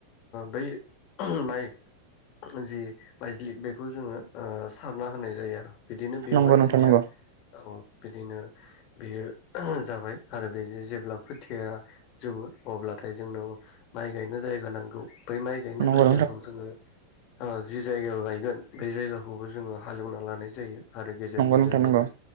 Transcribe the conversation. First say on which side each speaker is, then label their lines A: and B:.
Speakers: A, on the left (about 40°); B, on the right (about 55°).
A: बै माइ जि माइज्लि बेखौ जोङो सारना होनाय जायो आरो बिदिनो बेवहाय
B: नंगौ नोंथां
A: म
B: नंगौ
A: औ बिदिनो बेयो जाबाय आरो बे जेब्ला खोथिया जोबो अब्लाथाय जोंनो माइ गायनो जायगा नांगौ बै माइ गायनो
B: नंगौ
A: जायगाखौ जोङो जि जायगा गायगोन बे जायगाखौबो जोङो हालेवना लानाय जायो आरो गेजेर गेजेर
B: नोंथां
A: जोङो
B: नंगौ